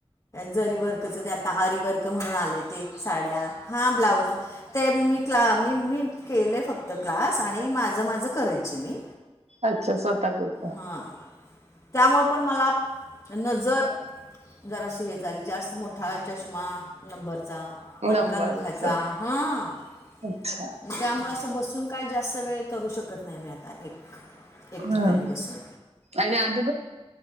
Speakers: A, on the left; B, on the right.
A: जरी वर्कच ते आत्ता आरी वर्क. क म्हणून आले ते साड्या हा ब्लाऊज ते मी क्ला मी मी केले फक त क्लास आणि माज माज करायची मी
B: अच्छा स्वतः पुरता
A: हा. त्यामुळं पण मला नजर. जराशी हे झाली ज्यास्त मोठा चष्मा. नंबरचा मनका
B: नंबरच
A: दुखायचा हं आण
B: अच्छा
A: त्यामुळ त बसून काय जास्त वेळ करू शकत नाइ मी आता एक एक
B: हा
A: ठिकाणी बसून.
B: आणि आदि.